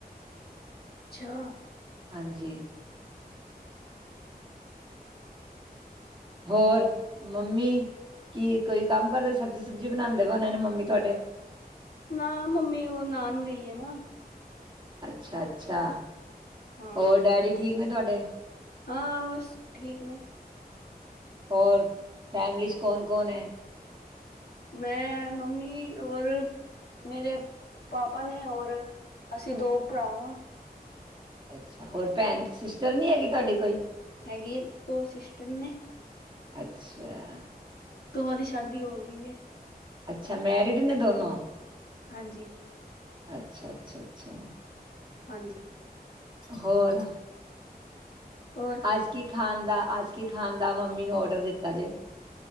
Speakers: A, on the left; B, on the right.
A: ਛਾੱ
B: ਹਾਂਜੀ ਹੋਰ ਮੰਮੀ ਕੀ ਕੋਈ ਕੰਮ ਕਰਦੇ ਸਬਜ਼ੀ ਸੁਬਜੀ ਬਣਾਉਦੇ ਨੇ ਮੰਮੀ ਤੁਹਾਡੇ
A: ਨਾ ਮੰਮੀ ਓ ਨਾਹਨ ਗਈ ਏ ਨਾ
B: ਅੱਛਾ ਅੱਛਾ
A: ਹਾਂ।
B: ਹੋਰ ਡੈਡੀ ਠੀਕ ਨੇ ਤੁਆਡੇ
A: ਹਾਂ ਬਸ ਠੀਕ ਨੇ
B: ਹੋਰ ਫੈਮਲੀ ਚ ਕੌਣ ਕੌਣ ਏ
A: ਮੈਂ ਮੰਮੀ ਓਰ ਮੇਰੇ ਪਾਪਾ ਨੇ ਔਰ ਅਸੀਂ ਦੋ ਭਰਾ ਹਾਂ।
B: ਅੱਛਾ ਹੋਰ ਭੈਣ ਸਿਸਟਰ ਨੀ ਹੈਗੀ ਤੁਹਾਡੀ ਕੋਈ
A: ਹੈਗੀ ਏ ਦੋ ਸਿਸਟਰ ਨੇ
B: ਅੱਛਾ
A: ਦੈਹਾਂ ਦੀ ਸ਼ਾਦੀ ਹੋ ਗੀ ਏ।
B: ਅੱਛਾ ਮੈਰਿਡ ਨੇ ਦੋਨੋ
A: ਹਾਂਜੀ।
B: ਅੱਛਾ-ਅੱਛਾ-ਅੱਛਾ।
A: ਹਾਂਜੀ।
B: ਹੋਰ
A: ਹੋਰ
B: ਅੱਜ ਕੀ- ਖਾਣ ਦਾ ਅੱਜ ਕੀ ਖਾਣ ਦਾ ਮੰਮੀ ਨੂ ਔਡਰ ਦਿੱਤਾ ਜੇ-